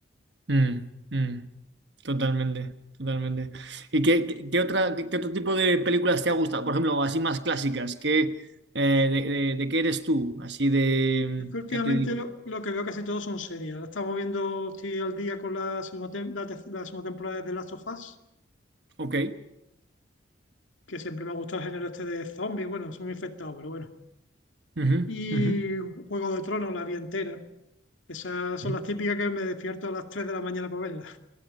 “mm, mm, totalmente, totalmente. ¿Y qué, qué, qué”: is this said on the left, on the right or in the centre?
Right